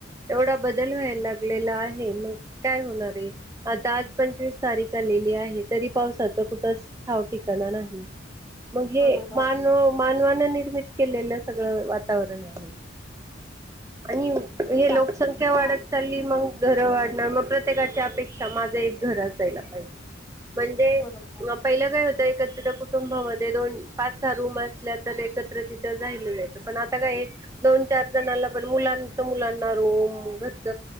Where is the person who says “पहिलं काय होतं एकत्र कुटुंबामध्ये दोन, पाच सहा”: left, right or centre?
Right